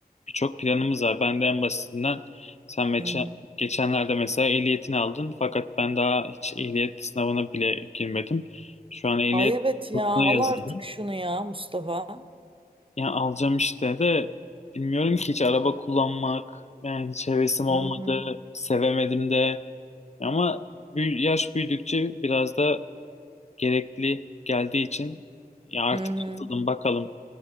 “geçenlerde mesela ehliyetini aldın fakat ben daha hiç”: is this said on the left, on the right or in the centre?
Left